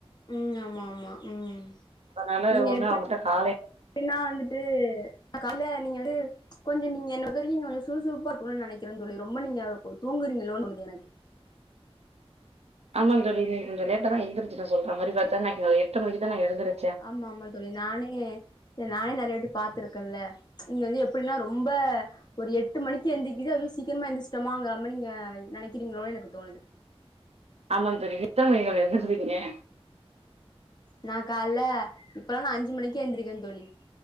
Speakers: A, on the left; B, on the right.
A: ம் ஆமா ஆமா ம்
B: அதனால
A: நீங்க
B: ஒண்ணு
A: எப்
B: அவங்கட்ட காலை
A: என்னா வந்துட்டு கால்ல நீங்க வந்து கொஞ்சோ நீங்க என்னோட பெர்மிங் ஓட சுறுசுறுப்பாருக்கனு தோழி ரொம்ப நீங்க தூங்குறீங்களோன் தோணுது எனக்கு
B: ஆமா தோழி இன்னிக்கு கொஞ்சோ லேட்டாதா எந்துருச்சுட்ட சொல்ற மாரி பாத்தானாக்கு எட்டு மணிக்கு தா நா எழுந்துரு
A: ஆமா ஆமா தோழி நானே இல்ல நானே நெறய வாட்டி பாத்துருக்கன்ல நீங்க வந்து எப்டின்னா ரொம்ப ஒரு எட்டு மணிக்கு எந்திக்கிது அது சீக்கிரமா எந்திச்சிட்டோமாங்கிற மாரி நீங்க நெனைக்கிறீங்களோன் எனக்கு தோணுது
B: ஆமா தோழி மித்தம் எங்கள எந்துச்சு போய்ட்ருக்கே
A: நா கால்ல இப்பல்லா நா அஞ்சு மணிக்கு எந்திருக்குற தோழி